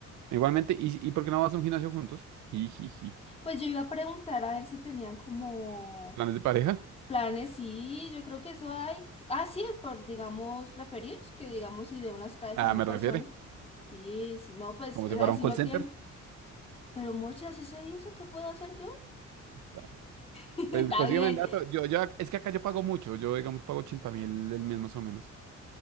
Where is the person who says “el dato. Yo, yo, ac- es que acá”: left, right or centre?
Right